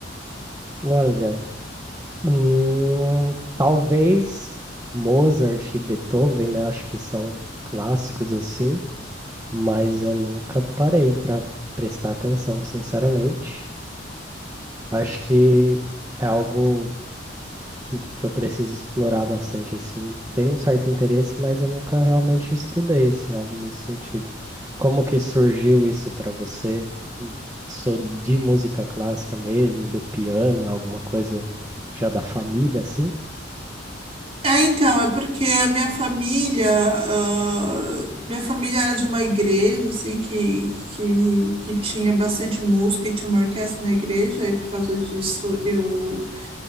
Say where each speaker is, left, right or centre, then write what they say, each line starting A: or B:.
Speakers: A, on the right; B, on the right.
A: Olha, hum, talvez Mozart e Beethoven, né? Acho que são clássicos assim, mas eu nunca parei para prestar atenção, sinceramente. Acho que é algo. que, que, que eu preciso explorar bastante, assim. Tem um certo interesse, mas eu nunca realmente estudei, assim, algo nesse sentido. Como que surgiu isso para você? Sou de música clássica mesmo, do piano, alguma coisa já da família, assim?
B: É, então, é porque a minha família, ah, minha família era de uma igreja, assim, que, que, que tinha bastante música e tinha uma orquestra na igreja, e por causa disso eu,